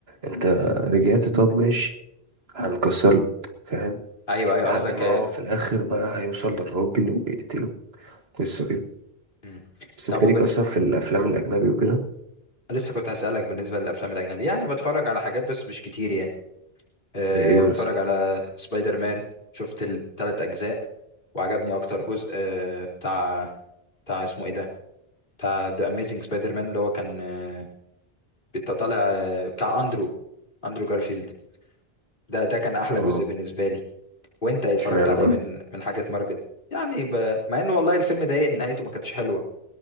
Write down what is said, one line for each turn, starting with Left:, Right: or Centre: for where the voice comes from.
Right: انت رجعت طب ماشي هنكسر فاهم
Left: ايوه ايوه
Right: لحد
Left: قصدك
Right: ما
Left: آه.
Right: هو في الاخر
Left: مم.
Right: بقى هيوصل للراجل ويقتله قصة كده
Left: مم.
Right: بس
Left: طب
Right: انت
Left: وبن...
Right: ليك اصلا في الافلام الاجنبي وكده
Left: لسه كنت هسألك بالنسبة للأفلام الأجنبي يعني بتفرج على حاجات بس مش كتير يعني أه
Right: زي ايه مثلا
Left: بتفرج على سبايدر مان شفت التلات أجزاء وعجبني أكتر جزء أه بتاع بتاع اسمه إيه ده بتاع ذا أميزنج سبايدر مان اللي هو كان أه بت- طالع آه، بتاع أندرو أندرو جارفيلد ده ده كان أحلى
Right: اه
Left: جزء بالنسبة لي وأنت اتفرجت
Right: اشمعنى
Left: على
Right: بقى
Left: إيه من من حاجات مارفل يعني ب... مع إن والله الفيلم ضايقني نهايته ما كانتش حلوة